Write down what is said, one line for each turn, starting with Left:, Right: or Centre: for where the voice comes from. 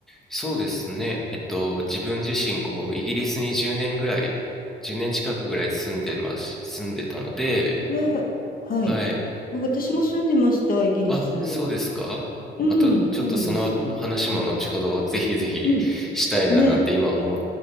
Centre: そうですね、えっと、自分自身こうイギリスに10年ぐらい、10年近くぐらい住んでます、住んでたので、
Left: は、はい。
Centre: はい、
Left: 私も住んでました、イギリス。
Centre: あ、そうですか。
Left: うん、
Centre: またちょっとその話も後ほどぜひぜひしたいななんて今思っ
Left: あら、嬉しい。うん。ねえ。